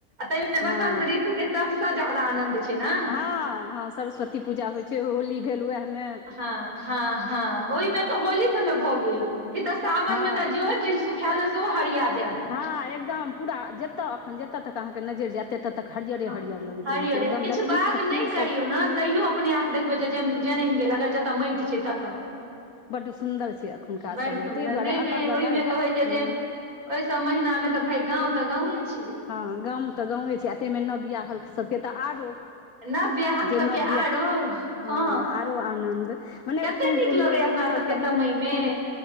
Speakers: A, on the right; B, on the left.
A: ताहिमे
B: हँ
A: बसंत ऋतु के सबसँ ज्यादा आनन्द छै ने
B: हँ हँ सरस्वती पूजा होइ छै होली भेल वएह में
A: हँ हँ हँ ओहि में तऽ होली सबमे भऽ गेल ई तऽ सावन
B: हँ
A: में तऽ जेहो चीज सुखायल सेहो हरिया जायत
B: ह एकदम पूरा जते अखन जतताे तक अहाँ के नजर जयत एते तऽ तक हरियरे
A: हँ
B: हरियर लगैत
A: हरियरे
B: रहै छै एकदम
A: किछु
B: लत्ती
A: बाग
B: फत्ती
A: नहि करियौ
B: सब तऽ
A: ने तैयो अपने आप देखबै जे जनमि गेल अगर जतऽ माटि छै ततऽ
B: बड्ड सुन्दर छै एखुनका
A: बड़
B: समय
A: सुन्दर
B: तहि दुआरे
A: नहि
B: अलग
A: नहि ओहिमे
B: अलग
A: तऽ होइ छै
B: हँ
A: जे ओहि सब महीना में तऽ भाय गाँव तऽ गांवे छियै
B: हँ गाँम तऽ गाँवे छै एतेमे नब बियाह हल सबके तऽ आरो
A: सबर
B: जे नव
A: क
B: बियाह हँ आरो आनन्द मने
A: न
B: फूल तूल
A: लना
B: लोढ़ू
A: सब
B: सभठाम
A: के समय
B: घूमू
A: मे
B: फिरू